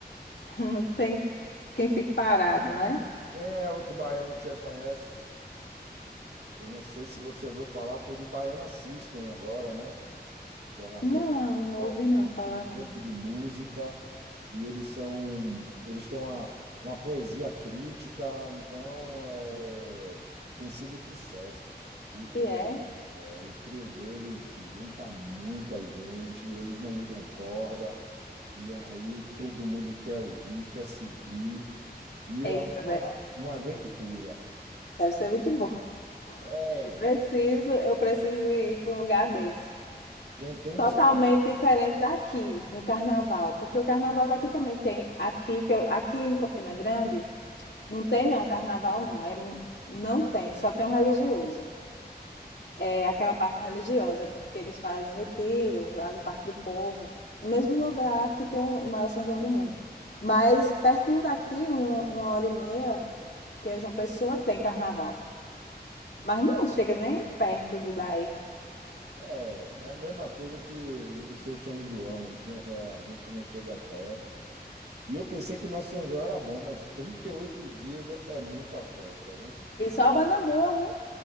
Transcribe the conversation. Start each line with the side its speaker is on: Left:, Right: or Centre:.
Left: <laughs> Não Tem quem fique parado, né?
Right: Quem é outro baiano que você conhece? Eu não sei se você ouviu falar, foi do Baiana System agora, né? Que é uma
Left: Não,
Right: banda
Left: não
Right: pop,
Left: ouvi não
Right: um estilo
Left: falar não.
Right: novo de música, e eles são, eles têm uma, uma poesia crítica, então é, tem sido um sucesso. O,
Left: E é?
Right: o, é, o trio deles junta muita gente, eles não usam corda. E aí todo mundo quer ouvir, quer seguir, vira
Left: Eita, de-
Right: uma, uma aventura.
Left: deve ser muito bom.
Right: É,
Left: Eu preciso, eu preciso ir para um lugar desse.
Right: quem tem
Left: Totalmente
Right: de experimentar.
Left: diferente daqui, no carnaval, porque o carnaval daqui também tem, aqui, que eu- aqui em Campina Grande, não tem não, carnaval não, é, não tem, só tem o religioso, é aquela parte religiosa, porque eles fazem retiro lá no Parque do Povo, no mesmo lugar que tem o maior São João do mundo, mas pertinho daqui, um- uma hora e meia, que é João Pessoa, tem carnaval, mas não chega nem perto do daí,
Right: É, é a mesma coisa que o seu São João, <laughs> é, a gente não chega perto. E eu pensei que o nosso São João era bom, mas 38 dias é é muita festa, não?
Left: e só banda boa, viu?